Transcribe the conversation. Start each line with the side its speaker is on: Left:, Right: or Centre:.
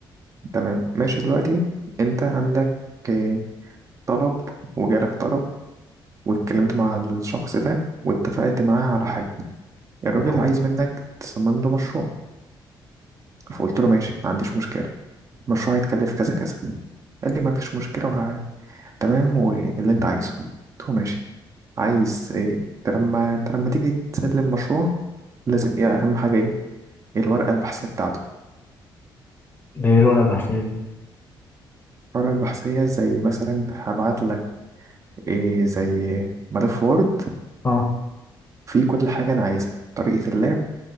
Right: تمام ماشي دلوقتي انت عندك إيه، طلب وجالك طلب واتكلمت مع الشخص ده واتفقت معاه على حاجة الراجل
Left: اه
Right: عايز منك تصمم له مشروع فقلت له ماشي ما عنديش مشكلة المشروع هيتكلف كذا كذا قال لي ما فيش مشكلة وه... تمام واللي انت عايزه قلت له ماشي عايز ايه انت لما انت لما تيجي تسلم مشروع لازم ايه اهم حاجة ايه الورقة البحثية بتاعته
Left: ده ايه الورقه البحثيه دي
Right: الورقة البحثية زي مثلا هبعت لك إيه زي ملف وورد
Left: اه
Right: فيه كل حاجة أنا عايزها طريقة اللعب